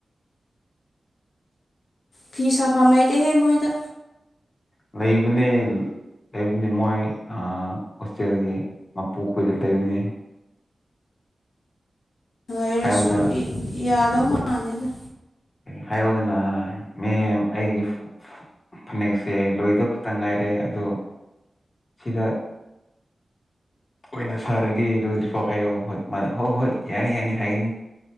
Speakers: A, on the left; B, on the left.
A: ꯐꯤ ꯁꯥꯐꯝ ꯂꯩꯇꯦꯍꯦ ꯃꯣꯏꯗ
B: ꯂꯩꯕꯅꯦꯜ ꯂꯩꯕꯅꯦ ꯃꯣꯏ ꯑ ꯍꯣꯁꯇꯦꯜꯒꯤ ꯃꯄꯨꯈꯣꯏꯗ ꯂꯩꯕꯅꯤ
A: ꯂꯩꯔꯁꯨ
B: ꯍꯥꯏꯌꯣꯗꯅ
A: ꯏ ꯌꯥꯗꯧ ꯃꯥꯟꯗꯦꯗ
B: ꯍꯥꯏꯌꯣꯗꯅ ꯃꯦꯝ ꯑꯩꯒꯤ ꯐꯅꯦꯛꯁꯦ ꯂꯣꯏꯗꯧ ꯈꯤꯇ ꯉꯥꯏꯔꯦ ꯑꯗꯣ ꯁꯤꯗ ꯑꯣꯏꯅ ꯁꯥꯔꯒꯦ ꯂꯣꯗ꯭ꯔꯤꯐꯥꯎ ꯍꯥꯏꯌꯣ ꯍꯣꯏ ꯃꯥ ꯍꯣꯏ ꯍꯣꯏ ꯌꯥꯅꯤ ꯌꯥꯅꯤ ꯍꯥꯏꯒꯅꯤ